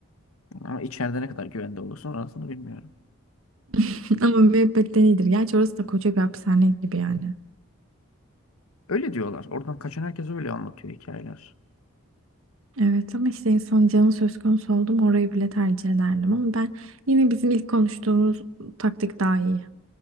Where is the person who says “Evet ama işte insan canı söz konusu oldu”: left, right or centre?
Right